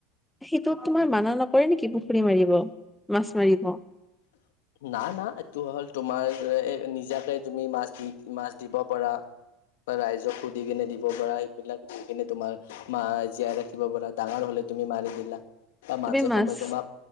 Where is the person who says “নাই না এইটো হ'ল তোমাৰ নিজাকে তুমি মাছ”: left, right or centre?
Left